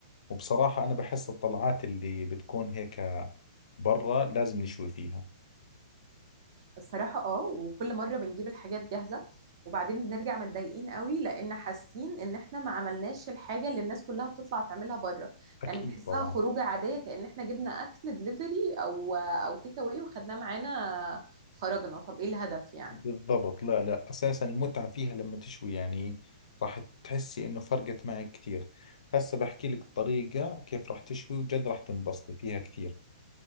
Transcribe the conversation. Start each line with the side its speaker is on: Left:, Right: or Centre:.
Left: وبصراحة انا بحس الطلعات اللي بتكون هيك برا لازم نشوي فيها
Right: الصراحة اه وكل مرة بنجيب الحاجات جاهزة وبعدين بنرجع متضايقين قوي لان حاسين ان احنا ما عملناش الحاجة اللي الناس كلها بتطلع تعملها بره
Left: اكيد
Right: يعني بنحسها
Left: طبعا
Right: خروجة عادية كأن احنا جبنا اكل دليفري او او تيك اواي وخدناه معانا خرجنا طب ايه الهدف يعني
Left: بالضبط لا لا اساسا المتعة فيها لما تشوي يعني راح تحسي انه فرقت معك كثير هسه بحكي لك الطريقة كيف راح تشوي وجد راح تنبسطي فيها كثير